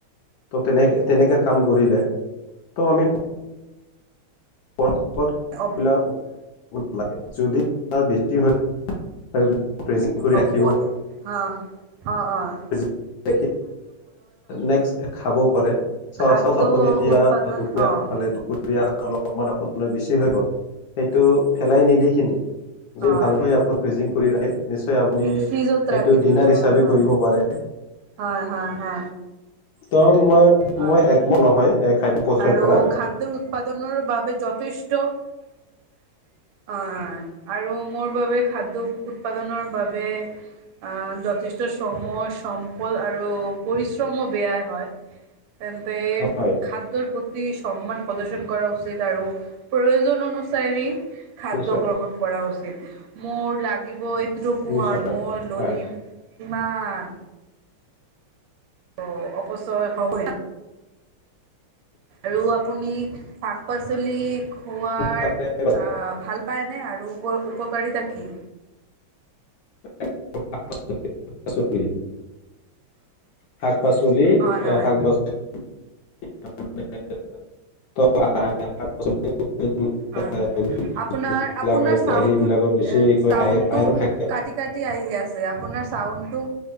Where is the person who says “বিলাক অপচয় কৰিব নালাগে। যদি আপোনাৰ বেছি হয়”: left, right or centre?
Left